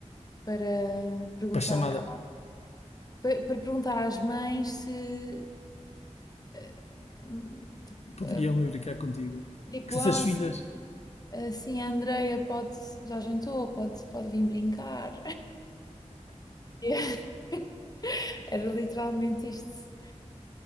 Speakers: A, on the left; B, on the left.
A: para perguntar,
B: Para chamar,
A: para, para perguntar às mães se, eh, hum, tipo,
B: podiam
A: eh,
B: ir brincar contigo.
A: tipo,
B: Com essas
A: ah,
B: filhas.
A: sim, ah, sim, a Andreia pode, já jantou, pode, pode vir brincar. <laughs> Era literalmente isto.